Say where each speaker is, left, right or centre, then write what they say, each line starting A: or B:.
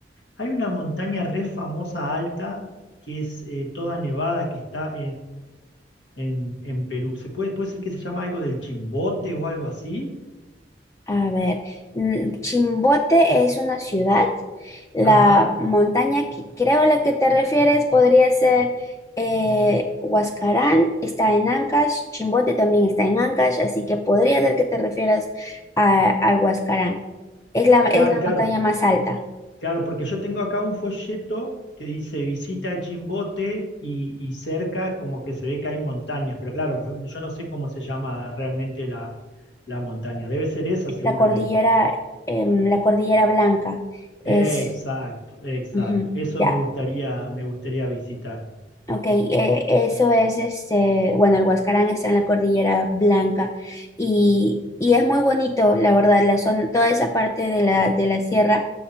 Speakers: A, on the left; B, on the left.
A: Hay una montaña re famosa alta, que es eh, toda nevada, que está en, en Perú. ¿Se puede, puede ser que se llama algo del chimbote o algo así?
B: A ver, mm, Chimbote es una ciudad. La
A: Ajá.
B: montaña que creo a la que te refieres podría ser eh, Huascarán, está en Ancash, Chimbote también está en Ancash, así que podría ser que te refieras a- al Huascarán. Es la, es
A: Claro,
B: la
A: claro,
B: montaña más alta,
A: claro, porque yo tengo acá un folleto que dice visita el Chimbote y, y cerca como que se ve que hay montañas, pero claro, yo no sé cómo se llama realmente la, la montaña. Debe ser esa seguramente.
B: la cordillera, em, la cordillera Blanca. Es,
A: Exacto, exacto.
B: ujú,
A: Eso
B: ya.
A: me gustaría, me gustaría visitar.
B: Ok, eh, eso es este, bueno, el Huascarán está en la Cordillera Blanca y, y es muy bonito, la verdad, la zona, toda esa parte de la, de la sierra